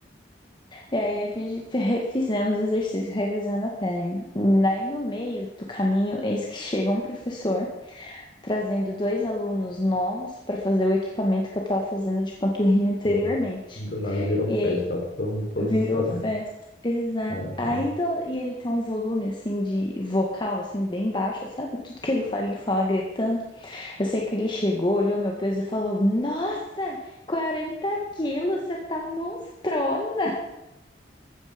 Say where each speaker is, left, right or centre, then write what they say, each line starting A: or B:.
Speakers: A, on the left; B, on the left.
A: E aí fiz- <laughs> re- fizemos o exercício revezando a perna. Daí no meio do caminho, eis que chega um professor trazendo dois alunos novos para fazer o equipamento que eu estava fazendo de panturrilha anteriormente.
B: Nossa, do nada virou
A: E
B: festa,
A: aí
B: tá todo, todo
A: virou
B: mundo fazendo.
A: festa. Exato.
B: Aham.
A: Aí do- e ele tem um volume assim de vocal assim bem baixo, sabe? Tudo que ele fala, ele fala gritando. Eu sei que ele chegou, olhou meu peso e falou: "Nossa, 40 quilos, você tá monstrona".